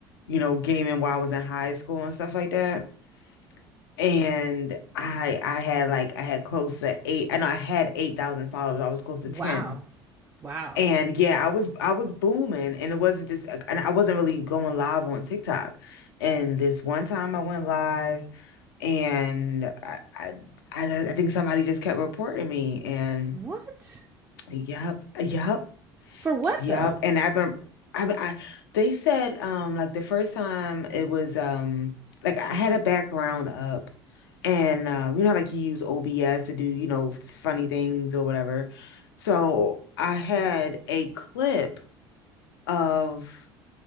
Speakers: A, on the left (about 80°); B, on the right (about 20°).
A: you know, gaming while I was in high school and stuff like that. And I I had like I had close to eight, I know I had 8,000 followers. I was close to
B: wow.
A: 10.
B: Wow.
A: And yeah, I was I was booming and it wasn't just uh, and I wasn't really going live on TikTok. And this one time I went live and I I I I think somebody just kept reporting me and
B: What?
A: yep, yep,
B: For what
A: yep.
B: though?
A: And I've been I I they said um like the first time it was um like I had a background up and uh, you know how, like you use OBS to do, you know, funny things or whatever. So I had a clip of